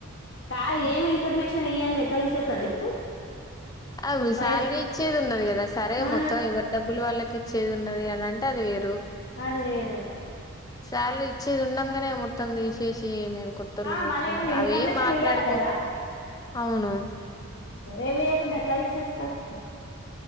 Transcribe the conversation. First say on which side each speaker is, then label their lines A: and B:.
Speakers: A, on the left; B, on the left.
A: కాదు ఏమి ఇన్ఫర్మేషన్ ఇయ్యాందే ఎట్లా తీసేస్తారు చెప్పు
B: ఔను శాలరీ
A: పైస
B: ఇచ్చేది ఉన్నది కదా సరే
A: ఆ
B: మొత్తం ఎవరి డబ్బులు వాళ్ళకి చేది ఉన్నది కదా అంటే అది వేరు
A: అది వేరు
B: అల్లు ఇచ్చేది ఉండగానే మొత్తం తీసేసి ఏమేం కొత్తలుడు
A: ఆ
B: పెట్టుకుందీ
A: మళ్ళ ఏమన్నా ఇన్ఫర్మేషన్
B: అవేం మాట్లాడుకో
A: ఇయ్యాలి కదా
B: అవును
A: ఏమి ఇయకుండా ఎట్లా తీసేస్తారు